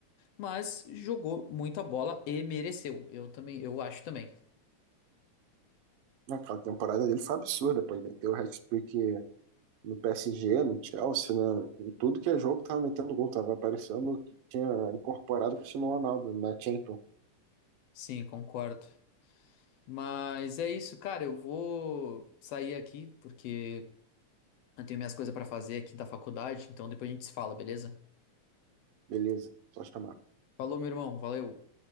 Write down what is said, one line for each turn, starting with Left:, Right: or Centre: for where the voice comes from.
Left: mas jogou muito a bola e mereceu. Eu também, eu acho também.
Right: Aquela temporada dele foi absurda, pô. Ele meteu o hat-trick no PSG, no Chelsea, né? Em tudo que é jogo, tava metendo gol, tava aparecendo que tinha incorporado o Cristiano Ronaldo na Champions.
Left: Sim, concordo. Mas é isso, cara. Eu vou sair aqui porque eu tenho minhas coisas pra fazer aqui da faculdade, então depois a gente se fala, beleza?
Right: Beleza, só chamar.
Left: Falou, meu irmão. Valeu.